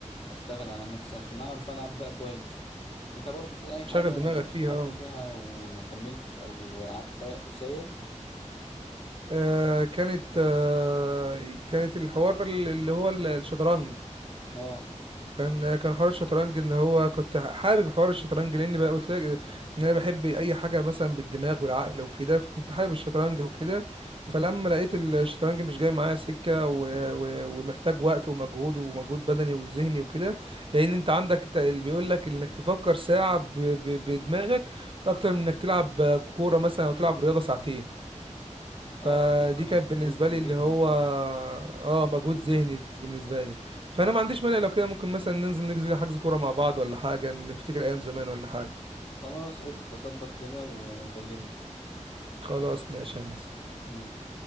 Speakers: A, on the left (about 45°); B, on the right (about 45°).
A: واشتغل على نفسي عشان اعرف العب بقى كويس انت برضو في اي حاجة
B: شغل دماغك فيها
A: قعدت
B: اه
A: فيها وما كملتش او قعدت فيها وقت قصير
B: آه، كانت آه كانت الحوار اللي هو ال- الشطرنج
A: اه
B: كان كان حوار الشطرنج ان هو كنت حابب حوار الشطرنج لان بقى قلت لك آه، ان انا بحب اي حاجه مثلا بالدماغ والعقل وكده فكنت حابب الشطرنج وكده فلما لقيت الشطرنج مش جاي معايا سكه و... و... ومحتاج وقت ومجهود ومجهود بدني وذهني وكده لان انت عندك الت- اللي بيقول لك انك تفكر ساعه ب... ب... بدماغك اكتر من انك تلعب كوره مثلا او تلعب رياضه ساعتين فدي
A: اه اكيد طبعا
B: كانت
A: مجهود
B: بالنسبة لي
A: ذهني
B: اللي هو
A: صعب
B: اه مجهود ذهني بالنسبة لي فأنا ما عنديش مانع لو كده ممكن مثلا ننزل نجزي حجز كورة مع بعض ولا حاجة نفتكر أيام زمان ولا حاجة
A: خلاص قشطة ظبط كده وكلمني
B: خلاص ماشي يا هندسة
A: ماشي